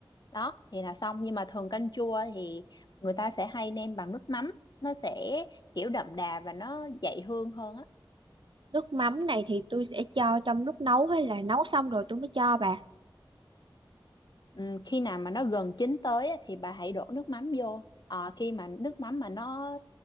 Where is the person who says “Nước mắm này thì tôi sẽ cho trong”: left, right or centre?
Right